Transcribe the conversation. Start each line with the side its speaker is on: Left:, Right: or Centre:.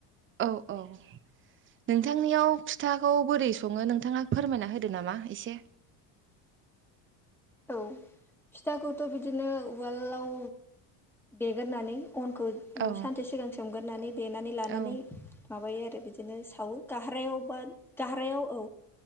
Right: औ औ नोंथांनियाव फिथाखौ बोरै सङो नोंथाङा फोरमायना होदो नामा एसे
Centre: औ फिथाखौथ' बिदिनो उवालाव देगोरनानै अनखौ उम
Right: औ
Centre: सानसे सिगां सोमगोरनानै देनानै लानानै
Right: औ
Centre: माबायो आरो बिदि बिदिनो सावो गाहारायाव बा गहारायाव औ